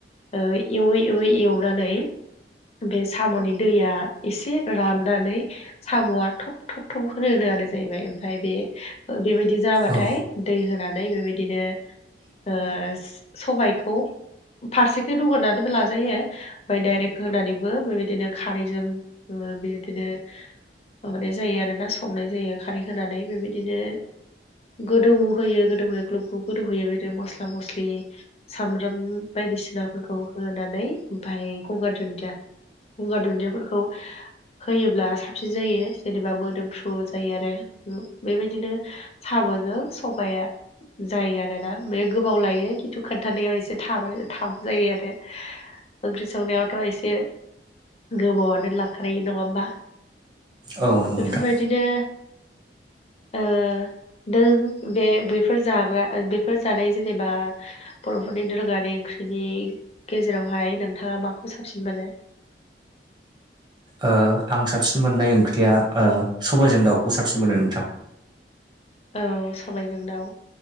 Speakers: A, on the left; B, on the right.
A: ओ एवै - एवै एवनानै बे साम'नि दैया एसे राननानै साम'आ थब- थब -थब होनो होनोानाय जाहैबाय ओमफफ्राय बे बेबायदि जाबाथाय
B: औ
A: दै होनानै बेबायदिनो ओ सबायखौ फारसेखै रुगोरनानैबो लाजायो। ओमफ्राय डायरेक्ट होनानैबो बेबायदिनो खारैजों ओ बेदिनो माबानाय जायो आरो ना संनाय जायो खारै होनानै बेबायदिनो गोदौ होयो गोदौहोयो ग्लबखौ गोदौ होयो बिदिनो मस्ला मस्लि सामब्राम बायदिसिनाफोरखौ होनानै ओमाय गंगार दुन्दिया गुंगार दुन्दियाफोरखौ होयोब्ला साबसिन जायो जेनेबा मोदोमफ्रु जायो आरो बेबायदिनो साब'जों सबाया जायो आरोना। ओम गोबाव लायो खिन्थु खोनथानायाव एसे थाबाय थाब जायो आरो। ओंख्रि संनायावथ' एसे गोबावनो लाखानाय नङा होमबा।
B: औ नंगौ
A: बेफोर
B: नोंथां
A: बाय बिदिनो ओ नों बे बैफोर जाग्रा बे बेफोर जानाय जेनेबा बर'फोरनि दोरोङारि ओंख्रिनि गेजेरावहाय नोंथाङा माखौ साबसिन मोनो।
B: ओ आं साबसिन मोननाय ओंख्रिया ओ सबायजों दाउखौ साबसिन मोनो नोंथां।
A: औ सबायजों दाउ